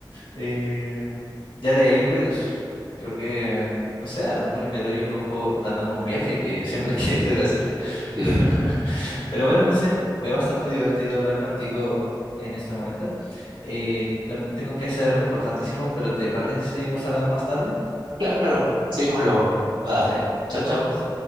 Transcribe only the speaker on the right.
Sí.
Claro, claro. Seguimos luego. Va.
Chau, chau.